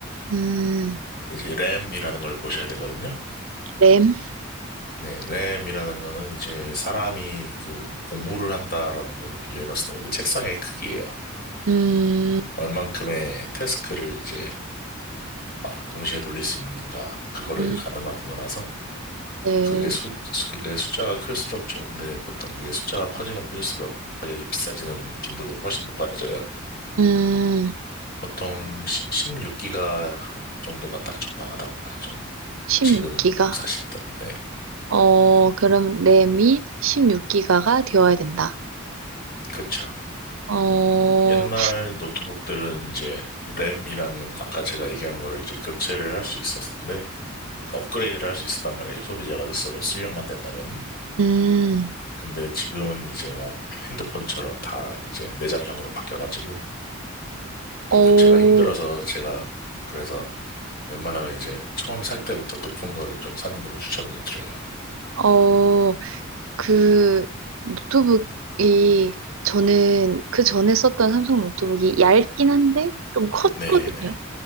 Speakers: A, on the right; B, on the left.
A: 음,
B: 이제 램이라는 걸 보셔야 되거든요.
A: 램,
B: 네, 램이라는 거는 이제 사람이 그 공부를 한다라는 걸로 비유해 봤을 때 그 책상의 크기예요.
A: 음,
B: 얼만큼의 태스크를 이제 막 동시에 돌릴 수 있는가 그거를
A: 음,
B: 가늠하는 거라서
A: 네,
B: 그게 수 그게 숫자가 클수록 좋은데 보통 그게 숫자가 커지면 커질수록 가격이 비싸지는 빈도도 훨씬 높아져요.
A: 음,
B: 보통 16기가 정도가 딱 적당하다고 봐요, 저는.
A: 16기가.
B: 지금 사실 때. 네.
A: 어, 그럼 램이 16기가가 되어야 된다.
B: 그렇
A: 어,
B: 옛날 노트북들은 이제 램이라는 아까 제가 얘기한 거를 이제 교체를 할 수 있었는데, 그러니까 업그레이드를 할 수 있었단 말이죠. 소비자가 스스로 출력만 된다면은.
A: 음,
B: 근데 지금은 이제 막 핸드폰처럼 다 이제 내장형으로 바뀌어가지고 이제
A: 어,
B: 교체가 힘들어서 제가 그래서 웬만하면 이제 처음 살 때부터 높은 거를 좀 사는 거를 추천을 드려요.
A: 어, 그 노트북이 저는 그 전에 썼던 삼성 노트북이 얇긴 한데 좀 컸거든요.
B: 네네.